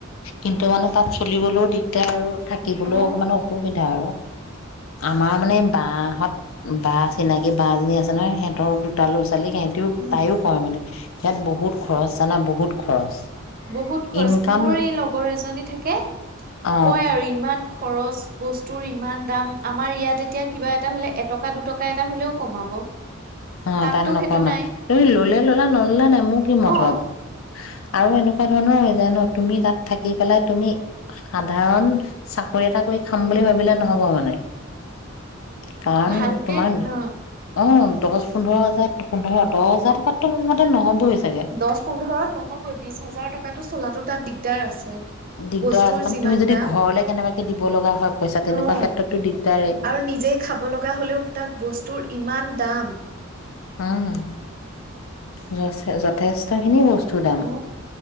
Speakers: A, on the left; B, on the right.
A: কিন্তু মানে তাত চলিবলৈও দিগদাৰ আৰু থাকিবলৈও
B: অ
A: অকমান অসুবিধা আৰু। আমাৰ মানে বাহত বাহ চিনাকি বাহজনী আছে নহয় সিহঁতৰ দুটালো আছে। ছালী সিহঁতেও,
B: উম
A: তাইও কয় মানে। ইয়াত বহুত খৰচ জানা, বহুত খৰচ।
B: বহুত খৰচ
A: ইনকাম
B: মোৰ এই লগৰ এজনী থাকে
A: অ
B: কয় আৰু ইমান খৰচ বস্তুৰ ইমান দাম আমাৰ ইয়াতে এতিয়া কিবা এটা হলে এটকা দুটকা এটা হলেও কমাব।
A: অ
B: তাততো
A: তাত নকমাই
B: সেইটো নাই
A: তুমি ললে ল'লা নললে নাই মোৰ কি মতলব।
B: অ
A: আৰু এনেকুৱা ধৰণৰ হৈ যায় ন তুমি তাত থাকি পেলাই তুমি, সাধাৰণ চাকৰি এটা কৰি খাম বুলি ভাবিলে নহব মানে। কাৰন
B: ভালকে
A: তোমাৰ,
B: অ
A: অ দহ পোন্ধৰ হাজাৰ পোন্ধৰ, দহ হাজাৰ টকাত ত মোৰ মতে নহ'বই চাগে
B: দছ, পোন্ধৰত নহ'বই বিছ হাজাৰ টকাটো চলাতো তাত দিগদাৰ আছে।
A: দিগদাৰ
B: বস্তুৰ
A: আছে মানে
B: যিমান
A: তুমি যদি
B: দাম
A: ঘৰলে কেনেবাকে
B: অ,
A: দিব লগা হয় পইচা তেনেকুৱা ক্ষেত্ৰতো দিগদাৰে
B: আৰু নিজে খাব লগা হলেও তাত বস্তুৰ ইমান দাম!
A: উম য যথেষ্ট খিনি বস্তু চুদাম
B: অ